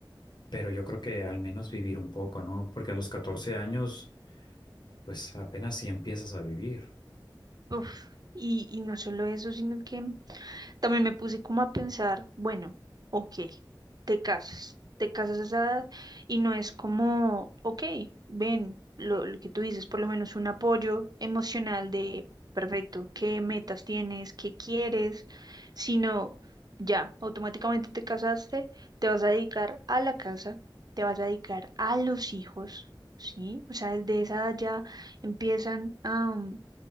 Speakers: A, on the left; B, on the right.
A: pero yo creo que al menos vivir un poco, ¿no? Porque a los 14 años, pues apenas si empiezas a vivir.
B: Uf, y, y no solo eso, sino que También me puse como a pensar, bueno, ok, te casas, te casas a esa edad y no es como, ok, ven, lo, lo que tú dices, por lo menos un apoyo emocional de, perfecto, qué metas tienes, qué quieres, sino ya, automáticamente te casaste, te vas a dedicar a la casa, te vas a dedicar a los hijos, ¿sí? O sea, desde esa edad ya empiezan a... mm,